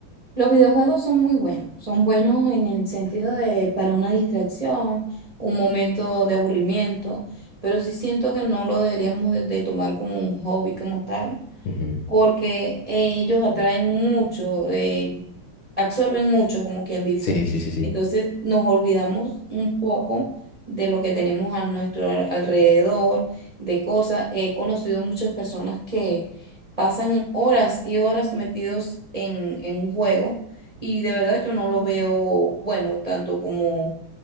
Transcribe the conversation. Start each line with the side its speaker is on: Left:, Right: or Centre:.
Right: Los videojuegos son muy buenos, son buenos en el sentido de para una distracción, un momento de aburrimiento, pero sí siento que no lo deberíamos de, de tomar como un hobby como tal,
Left: Ujú, ujú.
Right: porque ellos atraen mucho, eh, absorben mucho, como quien dice.
Left: Sí, sí, sí, sí.
Right: Entonces nos olvidamos un poco de lo que tenemos a nuestro al- alrededor, de cosas. He conocido muchas personas que pasan horas y horas metidos en, en un juego y de verdad yo no lo veo bueno, tanto como